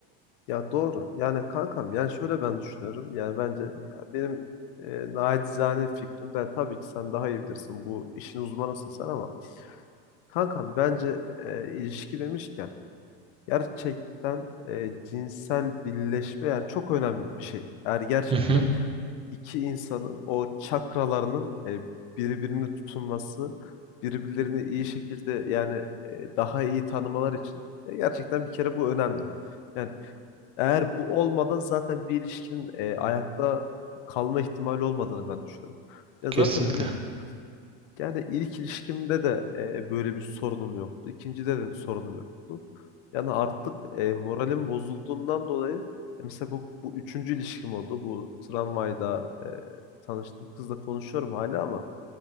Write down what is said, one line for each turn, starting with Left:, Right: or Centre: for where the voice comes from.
Left: Ya doğru. Yani kankam yani şöyle ben düşünüyorum. Yani bence ya benim e, nacizane fikrim de tabii ki sen daha iyi bilirsin. Bu işin uzmanısın sen ama kankam bence e, ilişki demişken gerçekten e, cinsel birleşme yani çok önemli bir şey. Eğer gerçekten
Right: Hı hı,
Left: iki insanın o çakralarının e, birbirini tutunması, birbirlerini iyi şekilde yani e, daha iyi tanımalar için e, gerçekten bir kere bu önemli. Yani eğer bu olmadan zaten bir ilişkinin e, ayakta kalma ihtimali olmadığını ben düşünüyorum. Ya
Right: kesinlikle.
Left: zaten hani yani ilk ilişkimde de e, böyle bir sorunum yoktu. İkincide de sorunum yoktu. Yani artık e, moralim bozulduğundan dolayı e, mesela bu, bu üçüncü ilişkim oldu. Bu tramvayda e, tanıştığım kızla konuşuyorum hala ama